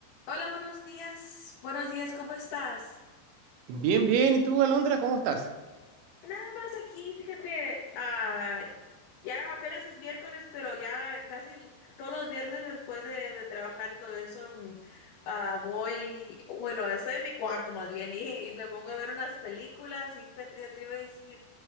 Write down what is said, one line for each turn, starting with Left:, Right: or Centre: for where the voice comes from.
Left: Hola, buenos días. Buenos días, ¿cómo estás?
Right: Bien, bien. ¿Y tú, Alondra, cómo estás?
Left: Nada más aquí, fíjate, ah, ya apenas es miércoles, pero ya casi todos los viernes después de, de trabajar y todo eso, mm, ah, voy, bueno, estoy en mi cuarto más bien y, y me pongo a ver unas películas y fíjate, ya te iba a decir,